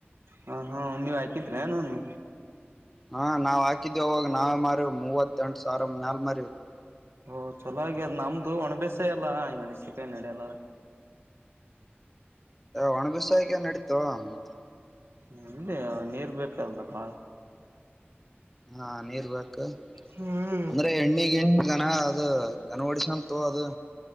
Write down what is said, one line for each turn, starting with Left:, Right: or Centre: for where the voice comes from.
Right: ಹ ಹಾ ನೀವ್ ಆಯ್ತಿದ್ರೆ ನೋ ನೀ
Centre: ಹಾ ನಾವ್ ಹಾಕಿದೇ ಹೋಗಾಗ ನಾವೇ ಮಾರವ್ ಮೂವತ್ತ ಎಂಟು ಸಾವಿರ ಮ್ಯಾಲ ಮಾರವಿ ನವು
Right: ಓ ಚೊಲಾಗಿ ಅ ನಮ್ದು ಒಣಬಸ ಎಲ್ಲ ಈಣಿಸಿಕಾಯ ನಡಿಯಲ್ಲ
Centre: ಒಣಬಿಸಾಯಕ ನಡೀತ ಮತ್ತ
Right: ನಿಮ್ದ ನೀರ್ ಬೇಕಲ್ ಬಾಳ
Centre: ಹಾ ನೀರ್ ಬಕ್ು
Right: ಹ್ಮ್
Centre: ಅಂದ್ರೆ ಎಣ್ಣಿಗ್ ಎಣ್ಣಿಗನ ಅದು ಕನವಾಡಿಶನ್ ತೋ ಅದು